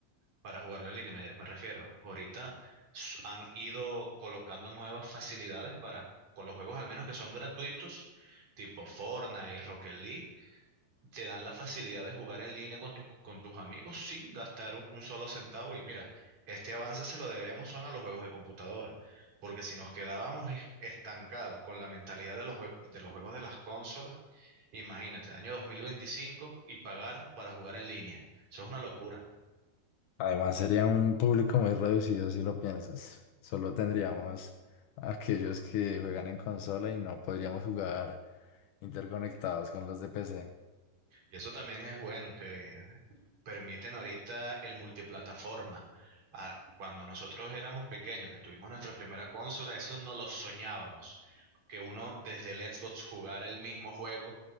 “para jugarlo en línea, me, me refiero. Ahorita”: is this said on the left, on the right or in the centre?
Right